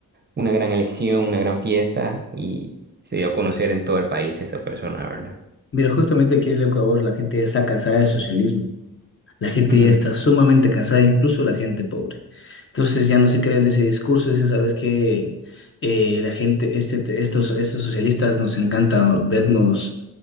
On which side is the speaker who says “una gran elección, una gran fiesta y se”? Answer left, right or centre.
Right